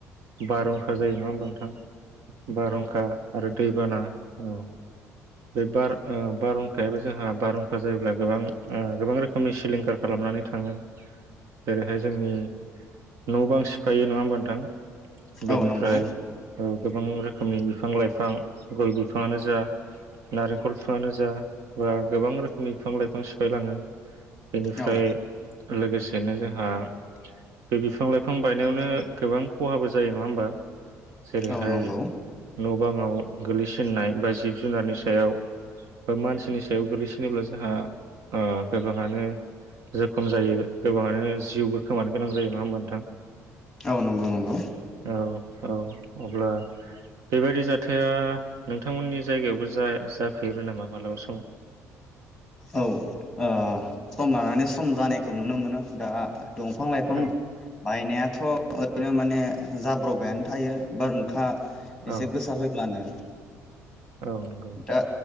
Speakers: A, on the right; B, in the centre.
A: बारहुंखा जायो नङा होमबा नोंथां। बारहुंखा आरो दैबाना औ बे बार ओ बारहुंखायाबो जोंहा बार जायोब्ला गोबां ओ गोबां रोखोम <unintelligible> सिलिंखार खालामनानै थाङो जेरैहाय जोंनि न' बां सिफायो नङा होमबा नोंथां बेनिफ्राय
B: औ नंगौ
A: औ गोबां रोखोमनि बिफां लाइफां गय बिफाङानो जा नारेंखल बिफाङानो जा बा गोबां रोखोमनि बिफां लाइफां सिफायलाङो। बेनिफ्राय
B: औ
A: लोगोसेनो जोंहा बे बिफां लाइफां बायनायावनो गोबां खहाबो जायो नङा होमबा। जेरैहाय
B: औ नंगौ
A: न' बाङाव गोलैस नाय बा जिब जुनारनि सायाव मानसिनि सायाव गोग्लैसिनोब्ला जोंहा ओ गोबाङानो जोखोम जायो गोबाङानो जिउबो खोमानो गोनां जायो नङा होमबा नोंथां।
B: औ नंगौ नंगौ।
A: औ औ अब्ला बेबायदि जाथाया नोंथांमोननि जायगायावबो जा जाफेरो नामा मालाबा समाव।
B: औ ओ सम लानानै सम जानायखौ नुनो मोनो दा दंफां लाइफां
A: औ
B: बायनाया थ' ओरैनो माने जाब्रबायानो थायो बारहुंखा एसे
A: औ
B: गोसा फैब्लानो
A: औ नंगौ
B: दा